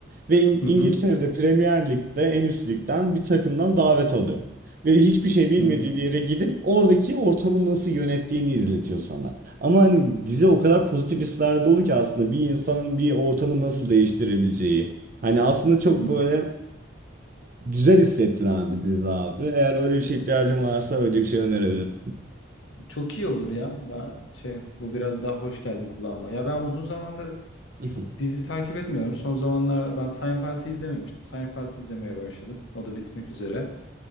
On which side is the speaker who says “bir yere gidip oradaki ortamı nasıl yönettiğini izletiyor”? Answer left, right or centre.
Right